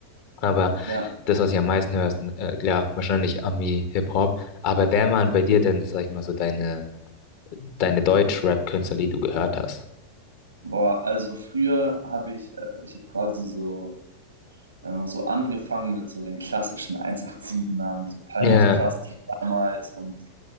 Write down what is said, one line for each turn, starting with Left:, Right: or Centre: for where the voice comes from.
Left: Aber
Right: ja.
Left: das, was ich am meisten höre, ist äh, klar, wahrscheinlich Ami, Hip-Hop. Aber wer waren bei dir denn, sag ich mal, so deine, deine Deutsch-Rap-Künstler, die du gehört hast?
Right: Boah, also früher habe ich, äh, ich habe quasi so, wenn man so angefangen mit so den klassischen 187-Namen, so Palm
Left: Ja,
Right: aus Plastik damals und